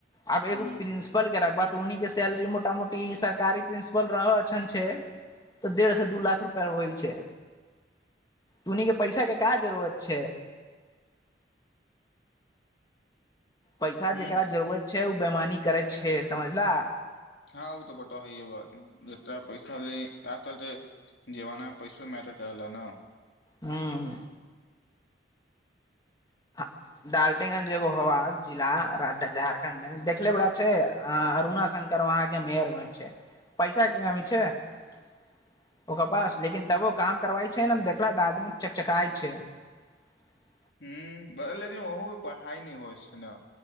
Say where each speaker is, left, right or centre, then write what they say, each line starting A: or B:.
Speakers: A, on the left (about 20°); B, on the left (about 75°).
A: आब एगो
B: ह
A: प्रिंसिपल के रखब उन् के सैलरी मोटा मोटी सरकारी प्रिंसिपल रह छन छेऽ डेढ़ से दू लाख रुपा होइ छै उनी के पैसा के का जरूरत छै पैसा
B: ह
A: जेकरा जरूरत छै ओ बेैमानी करै छै हे समझला
B: हँ ओ तऽ बतबा हइये बा जेतना पैसा मे यैह चलते जीवना मे पैसो मैटर करैला ना
A: ह्म <unintelligible>
B: ह्म लेकिन ओहूं क पढ़ाई नहि होइ छै ना